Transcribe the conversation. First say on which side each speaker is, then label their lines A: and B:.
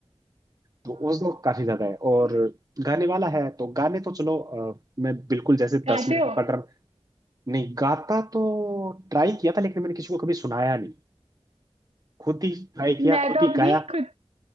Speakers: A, on the right; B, on the right.
A: तो
B: हाँ
A: उस दो काफी ज्यादा है
B: सही
A: और
B: है।
A: गाने वाला है तो गाने तो चलो अ, मैं बिल्कुल जैसे
B: गाते
A: दस मिनट
B: हो
A: बटर नहीं गाता तो ट्राई किया था लेकिन मैंने किसी को कभी सुनाया नहीं खुद ही ट्राई किया
B: मैं
A: खुद
B: तो अपनी
A: ही गाया
B: खुद